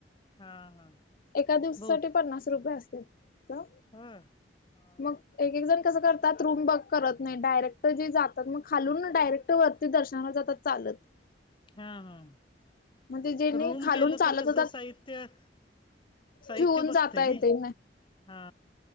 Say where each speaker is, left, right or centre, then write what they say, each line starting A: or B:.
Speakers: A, on the left; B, on the left.
A: हा हा
B: एका दिवसासाठी
A: बहुत
B: पन्नास रुपये असते तर
A: होय हा
B: मग
A: हा
B: एक एक जण कसं करतात रूम वर्क करत नाही डायरेक्ट जे जातात मग खालून डायरेक्ट वरती दर्शनाला जातात चालत <inaudible>
A: हा हा
B: मग ते जेणे
A: खरं रूम
B: खालून
A: केलं
B: चालत
A: तर कसं
B: होतात
A: साहित्य साहित्य
B: ठेवून
A: बसते
B: जाता येते
A: ना हा